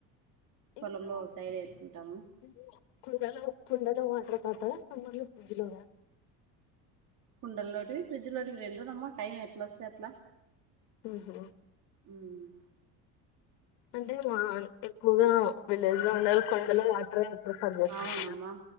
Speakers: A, on the right; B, on the left.
A: పొలంలో
B: ఇంకా
A: ఒక సైడ్ వేసుకుంటాము
B: <unintelligible> కుండలో కుండలో వాటరు తాగుతారా <unintelligible> ఫ్రిజ్జు లోదా
A: కుండల్లోటివి ఫ్రిడ్జ్ లోటివి రెండూనమ్మా టైం ఎట్లోస్తే అట్ల
B: ఊహూ
A: ఉమ్మ్
B: అంటే మా ఎక్కువగా విలేజ్ <unintelligible> ప్రిఫర్ చేస్తారు
A: అవునమ్మా
B: కదా